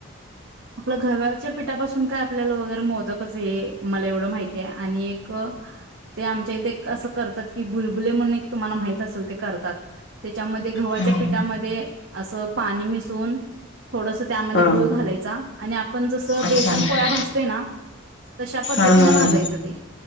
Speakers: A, on the right; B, on the left.
A: आपलं गव्हाच्या पिठापासून काय आपल्याला वगैरे मोदकच हे मला एवढं माहिती आहे आणि एक ते आमच्या इथे असं करतात कि बुलबुले म्हणून एक तुम्हाला माहित असेल ते करतात त्याच्यामध्ये गव्हाच्या
B: हा
A: पीठामध्ये असं पाणी मिसून, थोडस त्यामध्ये
B: हा
A: गुळ घालायचा. आणि आप आपण जस
B: अच्छा
A: बेसन
B: हा
A: पोळ्या भाजतोय ना तशा पद्धतीन
B: हा हा
A: भाजायच ते